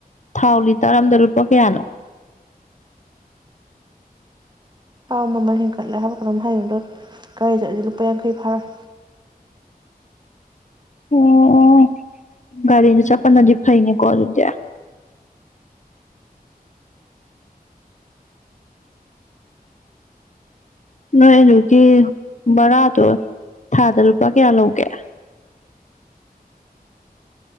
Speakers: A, on the left; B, on the right.
A: ꯊꯥꯎ ꯂꯤꯇꯔ ꯑꯝꯗ ꯂꯨꯄꯥ ꯀꯌꯥꯅꯣ
B: ꯥꯊꯥꯎ ꯃꯃꯜ ꯍꯦꯟꯒꯠꯂꯦ ꯍꯥꯏꯕ ꯀꯩꯅꯣꯝ ꯍꯥꯏꯒꯤꯒꯨꯝ ꯇꯧ ꯑꯩꯈꯣꯏꯅ ꯠꯂꯗꯤ ꯂꯨꯄꯥ ꯌꯥꯡꯈꯩ ꯐꯥꯔꯣꯏ
A: ꯑꯣ ꯒꯥꯔꯤꯗ ꯆꯄꯜꯅꯗꯤ ꯐꯩꯅꯦꯀꯣ ꯑꯗꯨꯗꯤ ꯅꯣꯏ ꯑꯗꯨꯒꯤ ꯚꯔꯥꯗꯣ ꯊꯥꯗ ꯂꯨꯄꯥ ꯀꯌꯥ ꯂꯧꯒꯦ